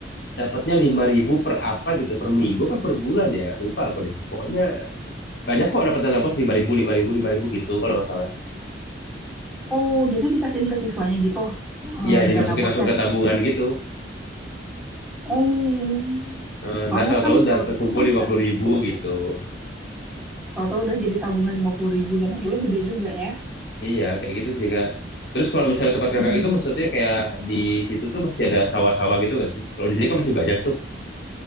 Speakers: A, on the left; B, in the centre.
A: dapatnya 5.000 per apa gitu per minggu apa per bulan ya lupa aku deh pokoknya Banyak kok dapat dana bos lima ribu lima ribu lima ribu gitu kalau nggak salah.
B: Oh, jadi dikasihin ke siswanya gitu eh,
A: Iya, dimasukin
B: dana bosnya.
A: langsung ke tabungan gitu.
B: Oh,
A: Eh,
B: soalnya
A: Ntar tahu-tahu
B: kan
A: udah
B: kalau
A: terkumpul
B: di sini
A: lima
B: nggak
A: puluh
B: kayak
A: ribu
B: gitu.
A: gitu.
B: Tahu-tahu udah jadi tabungan lima puluh ribu zaman dulu gede juga ya.
A: Iya, kayak gitu sih, Kak. Terus kalau misalnya tempat kakak
B: Mm-mm.
A: itu maksudnya kayak di situ tuh masih ada sawah-sawah gitu nggak sih? Kalau di sini kan masih banyak tuh.